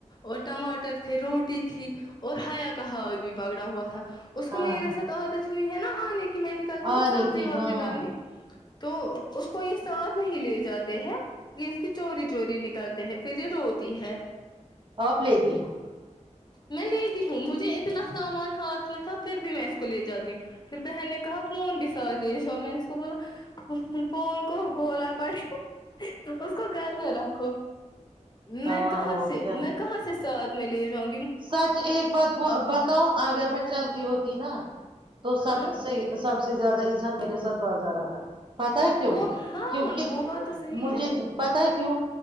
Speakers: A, on the left; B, on the right.
A: اور ٹماٹر روٹی تھی اور ہایا کہا اور بھی پکڑا ہوا تھا اس کو
B: ہاں
A: میرے ساتھ عادت تھو ہے نا میں نکلتی
B: آنے
A: ہوں نا سبزی
B: کی
A: وبزی
B: ہاں
A: لگنے تو اس کو یہ ساتھ نہیں لے جاتے ہیں یہ اس کی چوری چوری نکلتے ہیں پھر یہ روتی ہے
B: آپ لےتی ہو
A: میں لیتی ہوں مجھے اتنا سامان ہاتھ میں تھا پھر بھی میں اس کو لے جاتی ہوں پھر بہن نے کہا فون بھی س میں اس کو بولا فون کو گولا پڑ اس کو گھر میں رکھو
B: ہاں
A: میں کہاں
B: اور
A: سے
B: کیا
A: میں کہاں سے <inaudible> میں لے جااں
B: سچ ایک بات بتاؤں اگر میں چلتا ہوتی نا تو سب
A: ہاں
B: صحی سب سب سے زیادہ ایزان میرے ساتھ باز آ رہا تھا پتا ہے کیوں
A: وہ ہاں
B: کیوںک
A: وہ بات تو صحیح
B: مجھے
A: ہے
B: پت ہے کیوں